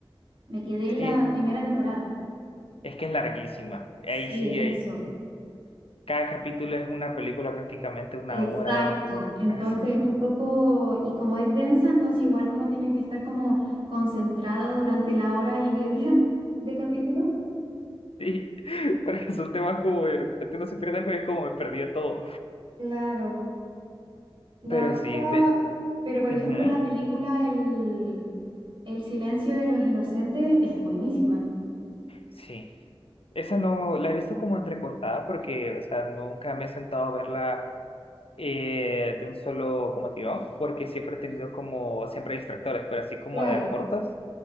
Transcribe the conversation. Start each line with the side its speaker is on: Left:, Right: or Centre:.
Right: Me quedé en
Left: Sí,
Right: la
Left: es
Right: primera temporada.
Left: es que es larguísima.
Right: Sí,
Left: Ahí sí,
Right: es eso.
Left: ahí sí. Cada capítulo es una película prácticamente una
Right: Exacto.
Left: hora, dos horas
Right: Entonces
Left: casi. <laughs>
Right: es un poco, y como es densa, entonces igual uno tiene que estar como concentrada durante la hora y media de capítulo.
Left: Sí, porque son temas como de repente no se pierde algo y es como me perdí de todo.
Right: Claro. La
Left: Pero
Right: otra,
Left: sí, de...
Right: pero por
Left: ujú,
Right: ejemplo la película El, El silencio de los inocentes es buenísima.
Left: Sí. Esa no, la he visto como entrecortada porque, o sea, nunca me he sentado a verla eh, de un solo como tirón, porque siempre he tenido como, siempre distractores, pero así como
Right: Claro.
Left: de a cortos,